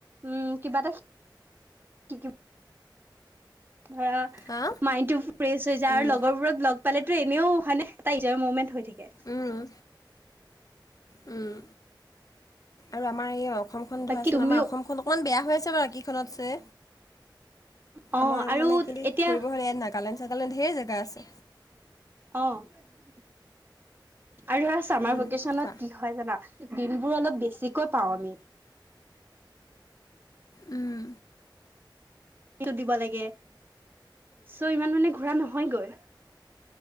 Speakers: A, on the right; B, on the left.
A: উ কিবা এটা শি ধৰা
B: হা
A: মাইণ্ড টো ফ্ৰেছ হৈ যায়
B: উম,
A: আৰু লগৰবোৰক লগ পালেতো এনেও হয়নে এটা ইজয়ৰ মুভমেন্ট হৈ থাকে।
B: উম। উম। আৰু আমাৰ এই অসমখন
A: বাকী
B: ধৰাচোন
A: তুমিও
B: আমাৰ অসমখন অকমান বেয়া হৈ আছে বাৰু বাকীখনতছে।
A: অ
B: আমাৰ
A: আৰু
B: মানে কিন্তু
A: এতিয়া
B: ফুৰিব হলে ইয়াত নাগালেণ্ড, চাগালেণ্ড ঢেৰ জেগা আছে।
A: অহ। আৰু ধৰা চমাৰ
B: উম,
A: ভেকেশচনত
B: কোৱা
A: কি হয় জানা বিলবোৰ অলপ বেছিকৈ পাওঁ আমি।
B: উম।
A: টো দিব লাগে চ' ইমান মানে ঘুৰা নহয়গৈ।